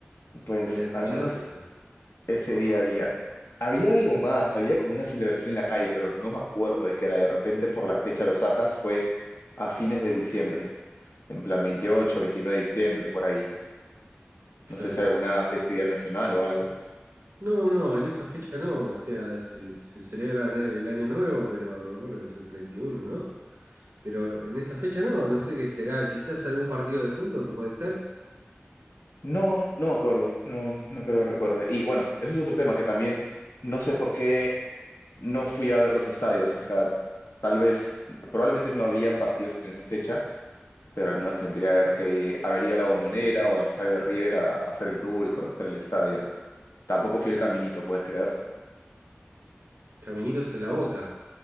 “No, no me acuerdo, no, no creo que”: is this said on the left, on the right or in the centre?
Left